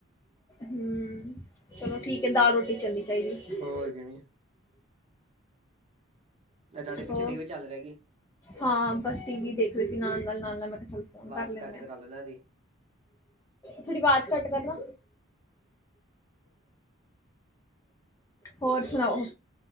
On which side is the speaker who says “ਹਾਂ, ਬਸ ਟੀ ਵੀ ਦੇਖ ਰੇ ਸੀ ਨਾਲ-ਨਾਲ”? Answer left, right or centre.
Left